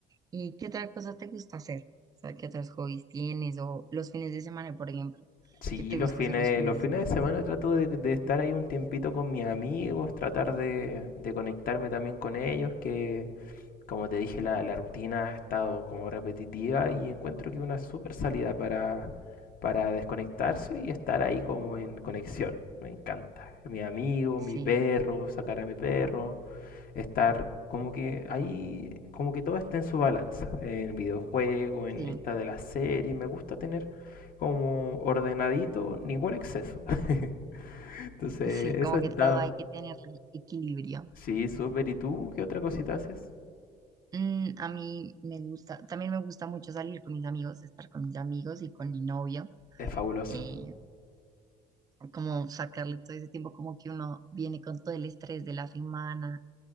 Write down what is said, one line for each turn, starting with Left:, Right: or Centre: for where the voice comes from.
Right: ¿Y qué otra cosa te gusta hacer? O sea, ¿qué otros hobbies tienes? O los fines de semana, por ejemplo.
Left: Sí,
Right: ¿Qué te
Left: los
Right: gusta
Left: fines,
Right: hacer los fines
Left: los
Right: de
Left: fines
Right: semana?
Left: de semana trato de, de estar ahí un tiempito con mis amigos, tratar de, de conectarme también con ellos, que como te dije, la, la rutina ha estado como repetitiva y encuentro que una super salida para, para desconectarse y estar ahí como en conexión. Me encanta. Mi amigo,
Right: Sí,
Left: mi perro, sacar a mi perro estar como que ahí, como que todo esté en su balanza, en videojuego, en
Right: sí,
Left: esta de la serie, me gusta tener como ordenadito, ningún exceso. <laughs> Entonces,
Right: sí,
Left: eso
Right: como
Left: he estado.
Right: que todo hay que tener equilibrio.
Left: Sí, súper. ¿Y tú qué otra cosita haces?
Right: Mm, a mí me gusta, también me gusta mucho salir con mis amigos, estar con mis amigos y con mi novio.
Left: Es fabuloso,
Right: eh, como sacarle todo ese tiempo, como que uno viene con todo el estrés de la semana